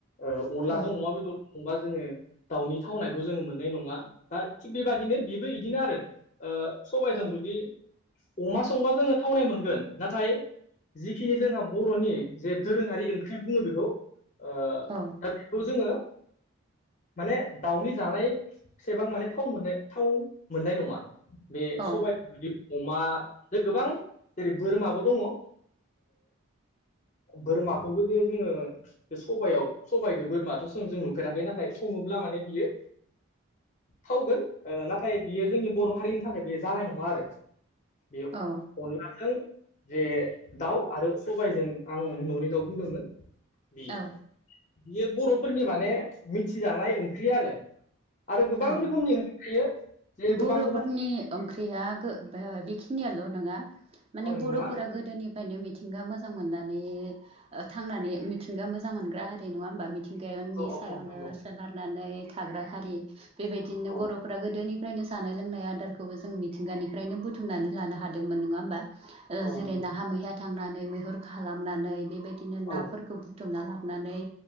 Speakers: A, on the left (about 35°); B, on the right (about 25°).
A: ओ अनलाजों
B: औ
A: अमा बेदर संबा जोङो दाउनि थावनायखौ जोङो मोननाय नङा दा थिग बेबादिनो बेबो बिदिनो आरो। ओ सबायजों
B: औ
A: जुदि अमा संबा जोङो थावनाय मोनगोन नाथाय जिखिनि जोंहा बर'नि जे दोरोङारि ओंख्रि बुङो बेखौ ओ
B: औ।
A: दा बेखौ जोङो माने दाउनि जानायसेबां माने थाव मोननाय थाव मोननाय नङा। बे सबाइ
B: औ
A: जुदि अमा जे गोबां जेरै बोरमाबो दङ ओ बोरमाखौबो जे जोङो बे सबायाव सबाइदो बोरमाथ' स' जों नुफेराखै नाथाय सङोब्ला माने बियो थावगोन ओ नाथाय बियो जोंनि बर' हारिनि थाखाय बेयो जानाय नङा आरो। बेयाव
B: औ।
A: अनलाजों जे दाउ आरो सबायजों आं न'नि दाउ बुंदोंमोन। बियो
B: औ
A: बियो बर'फोरनि माने मिथिजानाय ओंख्रि आरो। आरो गोबां
B: औ
A: रोखोमनि ओंख्रि थायो। जे
B: बर'फोरनि
A: गोबां गोबां
B: ओंख्रिया गो ओ बेखिनियाल' नङा माने
A: ओ
B: बर'फोरा
A: नङा
B: गोदोनि फायनो मिथिंगा मोजां मोननानै थांनानै मिथिंगा मोजां मोनग्रा हारि नङा होमबा मि थिंगायावनि
A: औ
B: सायावनो
A: औ नंगौ
B: सोनारनानै थाग्रा हारि बेबायदिनो
A: औ
B: बर'फोरा गोदोनि फ्रायनो जानाय लोंनाय आदारखौबो जों मिथिंगानिफ्रायनो बुथुमनानै लानो हादोंमोन नङा होमबा? ओ
A: औ
B: जेरै
A: नंगौ
B: नाहा मैया थांनानै मैहुर खालामनानै बेबायदिनो
A: औ
B: नाफोरखौ बुथुमना लाबोनानै